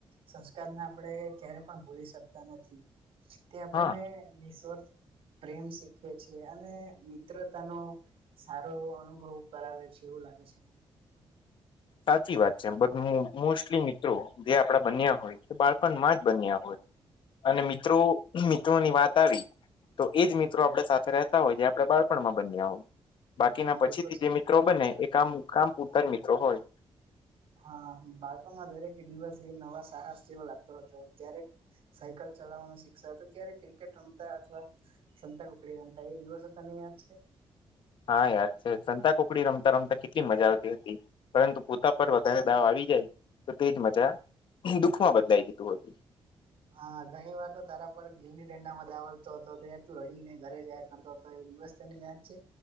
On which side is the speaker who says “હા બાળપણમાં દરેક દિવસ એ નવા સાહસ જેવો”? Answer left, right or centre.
Right